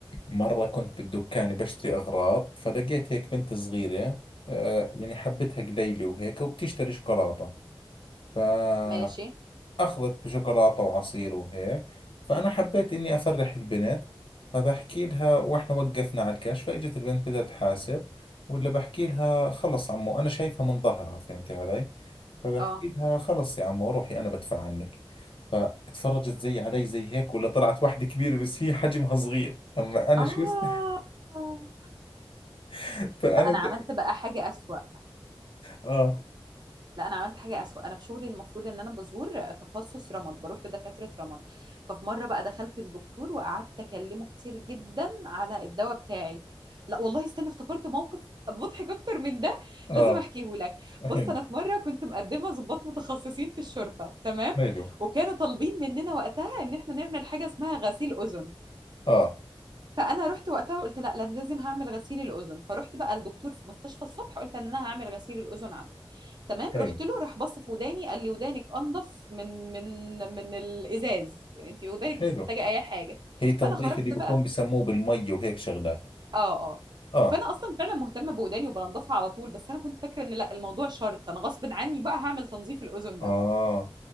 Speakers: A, on the left (about 65°); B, on the right (about 50°).
A: مرة كنت بالدكان بشتري اغراض فلقيت هيك بنت صغيرة آه يعني حبتها قليلة وهيك وبتشتري شوكولاتة فاخذت
B: ماشي
A: بشوكولاتة وعصير وهيك فانا حبيت اني افرح البنت فبحكي لها واحنا وقفنا على الكاش فاجت البنت بدها تحاسب ولا بحكي لها خلص عمو انا شايفها من ظهرها فهمتي علي فبحكي
B: اه
A: لها خلص يا عمو روحي انا بدفع عنك فاتفرجت زي علي زي هيك ولا طلعت واحدة كبيرة بس هي حجمها صغير اما انا
B: اه
A: شو است- <laughs> فانا
B: لا انا عملت
A: د...
B: بقى حاجه اسوأ
A: اه
B: لا انا عملت حاجه اسوأ انا في شغلي المفروض ان انا بزور تخصص رمد بروح لدكاتره رمد ففي مره بقى دخلت الدكتور وقعدت اكلمه كتير جدا على الدواء بتاعي لا والله استنى افتكرت موقف مضحك اكتر من ده
A: اه
B: لازم احكيه لك
A: حلو
B: بص انا في مره كنت مقدمه ضباط متخصصين في الشرطه تمام
A: حلو
B: وكانوا طالبين مننا وقتها ان احنا نعمل حاجه اسمها غسيل اذن
A: اه
B: فانا رحت وقتها وقلت لا لأن لازم هعمل غسيل الاذن فرحت بقى الدكتور في مستشفى الصبح قلت ان انا هعمل غسيل الاذن عنده تمام
A: حلو
B: رحت له راح بص في وداني قال لي ودانك انضف من من من الازاز انت ودانك
A: حلو
B: مش محتاجه اي حاجه
A: هي تنظيف
B: فانا خرجت
A: اللي بكون
B: بقى
A: بسموه بالمي وهيك شغلات
B: اه اه
A: اه
B: فانا اصلا فعلا مهتمه بوداني وبنضفها على طول بس انا كنت فاكره ان لا الموضوع شرط انا غصب عني بقى هعمل تنظيف الاذن
A: اه
B: ده